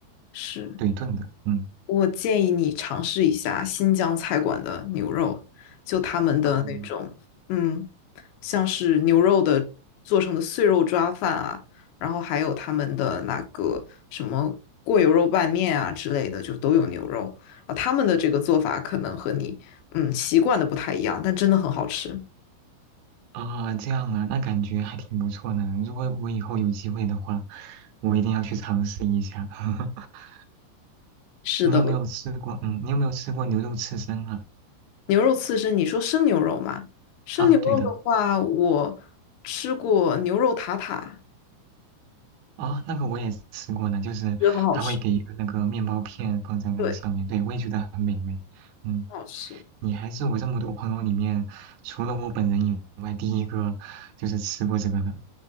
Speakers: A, on the left; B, on the right.
A: 是。
B: 对，炖的，嗯。
A: 我建议你尝试一下新疆菜馆的牛肉，就他们的那种，
B: 哦
A: 嗯，像是牛肉的做成的碎肉抓饭啊，然后还有他们的那个什么过油肉拌面啊之类的，就都有牛肉。啊，他们的这个做法可能和你嗯习惯的不太一样，但真的很好吃。
B: 啊，这样啊，那感觉还挺不错的。如果我以后有机会的话，我一定要去尝试一下。<laughs>
A: 是的，
B: 你有没有吃过？
A: 我
B: 嗯，你有没有吃过牛肉刺身啊？
A: 牛肉刺身，你说生牛肉吗？生牛肉的话，
B: 啊，对的，
A: 我吃过牛肉塔塔，
B: 啊，那个我也吃过的，就是他会给一个那个面包片放在那个上面，
A: 觉得很好吃。对，
B: 对，我也觉得很美味。嗯，
A: 很好吃。
B: 你还是我这么多朋友里面，除了我本人以外，第一个就是吃过这个的。